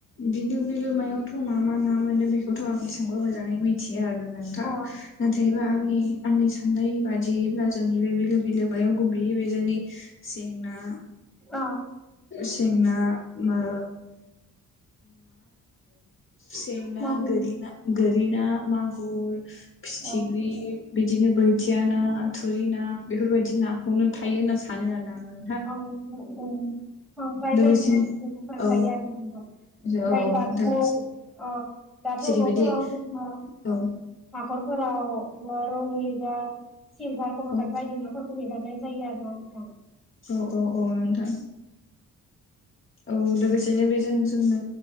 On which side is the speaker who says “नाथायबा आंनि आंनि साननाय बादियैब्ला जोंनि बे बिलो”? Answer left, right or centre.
Left